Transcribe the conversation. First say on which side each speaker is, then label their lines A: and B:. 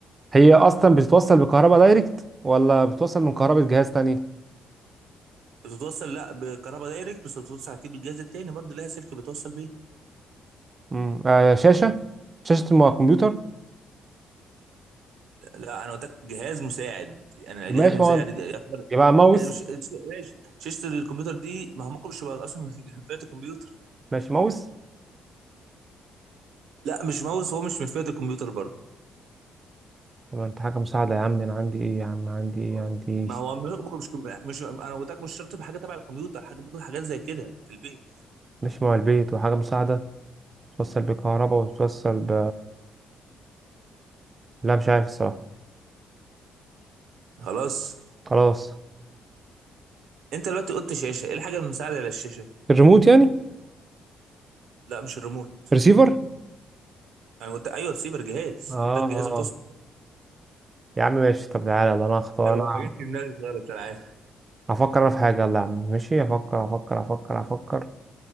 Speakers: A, on the right (about 30°); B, on the right (about 80°).
A: هي اصلا بتتوصل بكهرباء دايركت ولا بتتوصل من كهرباء جهاز تاني
B: بتتوصل لا بكهرباء دايركت بس بتتوصل اكيد بالجهاز التاني برضه لها سلك بتوصل بيه
A: مم. آه شاشة شاشة مع كمبيوتر
B: لا انا قلت لك جهاز مساعد يعني
A: يبقى
B: جهاز
A: ماشي
B: مساعد
A: إيه، مع
B: يعتبر
A: يبقى ماوس
B: إيه، مش ش- ماشي شاشه الكمبيوتر دي ما هو ممكن مش يبقى اصلا من <laughs> فئه الكمبيوتر
A: ماشي ماوس
B: لا مش ماوس هو مش من فئه الكمبيوتر برضه
A: طبعا انت حاجة مساعدة يا عم انا عندي ايه يا عم عندي ايه عندي ايه
B: ما هو ممكن مش مش انا قلت لك مش شرط بحاجه تبع الكمبيوتر حاجه ممكن حاجات زي كده في البيت
A: ماشي مع البيت وحاجة مساعدة توصل بكهرباء وتوصل ب لا مش عارف الصراحة
B: خلاص
A: خلاص
B: انت دلوقتي قلت شاشه ايه الحاجه المساعده على الشاشه
A: الريموت يعني
B: لا مش الريموت
A: ريسيفر
B: انا قلت ايوه رسيفر جهاز
A: اه
B: انت الجهاز بتوصل
A: اه يا عم ماشي طب تعالى يلا انا هختار
B: ده ما
A: انا
B: جاتش في دماغي خالص انا عارف
A: هفكر انا في حاجة يلا يا عم ماشي هفكر هفكر هفكر هفكر